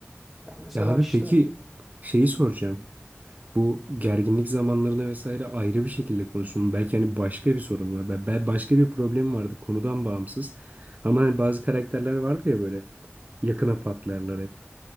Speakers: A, in the centre; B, on the right.
A: Ya mesela
B: Ya abi
A: işte
B: peki şeyi soracağım. Bu gerginlik zamanlarında vesaire ayrı bir şekilde konuştum. Belki hani başka bir sorun var. Ben, ben başka bir problem vardı konudan bağımsız. Ama hani bazı karakterler vardır ya böyle yakına patlarlar hep.